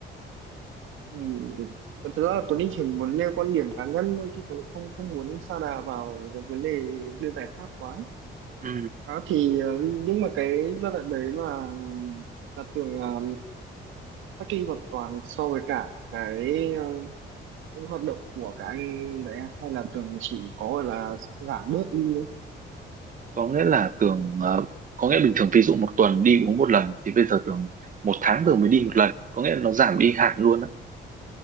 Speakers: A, on the right (about 80°); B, on the right (about 40°).
A: Ừ. Thật ra là Tuấn đi chỉ muốn nêu quan điểm cá nhân thôi chứ Tuấn cũng không không muốn sa đà vào cái vấn đề đưa giải pháp quá ấy.
B: Ừ,
A: Đó, thì ờ, nhưng mà cái giai đoạn đấy là là Tường ờ, cách ly hoàn toàn so với cả cái ờ, những hoạt động của các anh đấy à? hay là tưởng chỉ có gọi là giảm bớt đi thôi
B: có nghĩa là Tường ờ, có nghĩa bình thường ví dụ một tuần đi uống một lần thì bây giờ Tường một tháng
A: à,
B: Tường mới đi một lần có nghĩa là nó giảm đi hẳn luôn á